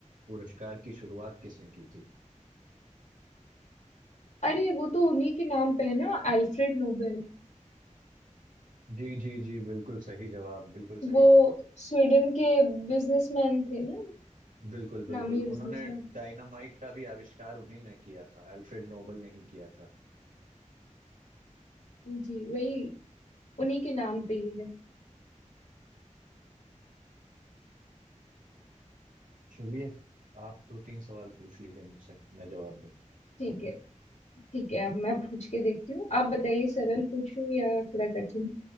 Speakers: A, on the right; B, on the left.
A: पुरस्कार की शुरुआत किसने की थी
B: अरे वो तो उन्हीं के नाम पे है ना अल्फ्रेड नोबेल
A: जी जी जी बिल्कुल सही जवाब बिल्कुल सही
B: वो
A: जवाब
B: स्वीडन के बिजनेसमैन थे ना
A: बिल्कुल बिल्कुल
B: नामी बिजनेसमैन
A: उन्होंने डायनामाइट का भी आविष्कार उन्हीं ने किया था अल्फ्रेड नोबेल ने ही किया था
B: जी वही उन्हीं के नाम पे ही है
A: चलिए आप दो तीन सवाल पूछ लीजिए मुझसे मैं जवाब दूंगा
B: ठीक है ठीक है अब मैं पूछ के देखती हूँ आप बताइए सरल पूछूं या थोड़ा कठिन